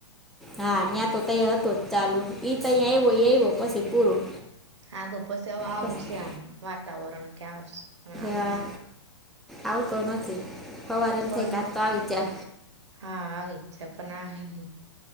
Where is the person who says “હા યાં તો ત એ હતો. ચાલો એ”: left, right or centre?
Centre